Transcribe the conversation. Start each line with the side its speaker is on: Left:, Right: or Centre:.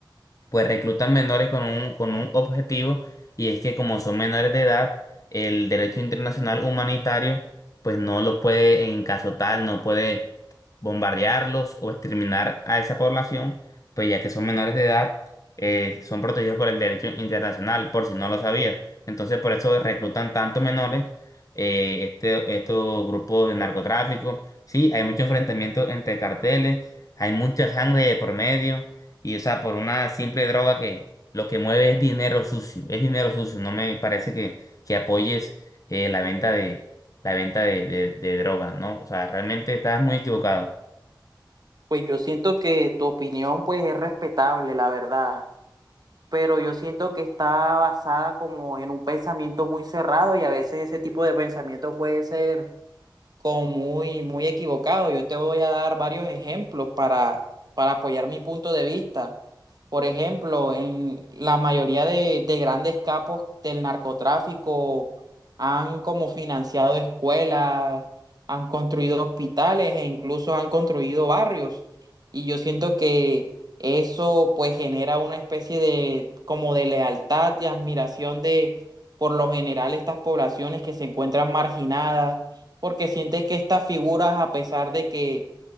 Left: pues reclutan menores con un, con un objetivo y es que como son menores de edad, el derecho internacional humanitario pues no los puede en caso tal, no puede bombardearlos o exterminar a esa población, pues ya que son menores de edad, eh, son protegidos por el derecho internacional, por si no lo sabías. Entonces, por eso reclutan tantos menores, eh, este, estos grupos de narcotráfico. Sí, hay mucho enfrentamiento entre carteles, hay mucha sangre de por medio, y o sea, por una simple droga que lo que mueve es dinero sucio, es dinero sucio. No me parece que, que apoyes eh, la venta de, la venta de, de de droga, ¿no? O sea, realmente estás muy equivocado.
Right: Pues yo siento que tu opinión pues es respetable, la verdad, pero yo siento que está basada como en un pensamiento muy cerrado y a veces ese tipo de pensamiento puede ser como muy, muy equivocado. Yo te voy a dar varios ejemplos para, para apoyar mi punto de vista. Por ejemplo, en la mayoría de, de grandes capos del narcotráfico han como financiado escuelas, han construido hospitales e incluso han construido barrios. Y yo siento que eso pues genera una especie de como de lealtad y admiración de por lo general estas poblaciones que se encuentran marginadas porque sientes que estas figuras, a pesar de que